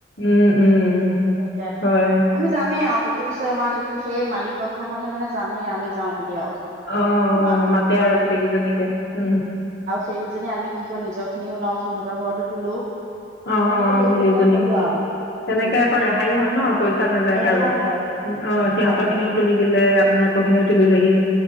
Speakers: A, on the left; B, on the right.
A: উম উম
B: <unintelligible> থিকে
A: হয়
B: আমি যামেই আৰু। <unintelligible> অ, পিছে আমাৰ সেইখিনি সেই মালিকক ঘৰ মানুহে জানে আমি যাও বুলি আৰু। <unintelligible>
A: অ, অ,
B: আমাৰ
A: মাতে আৰু গোটেই কেইজনীকে, উম।
B: সেইজনী আমি কি ক নিজৰ খিনিও লওঁ সিহঁতৰ ঘৰতো তোলো।
A: অ
B: তেনেকে
A: অ
B: সেই
A: মিলি
B: কৰিব বিলাক
A: জুলি
B: কৰো আৰু। <unintelligible>
A: তেনেকে আকৌ
B: উম
A: ৰেহাইও হয় ন? পইচা নাযায়
B: উম ৰেহাই
A: কাৰো।
B: হয়
A: অ,
B: উম ৰেহাই
A: সিহঁতৰ
B: হয়
A: খিনিও তুলি দিলে আপোনালোক খিনিও তুলিলেহি।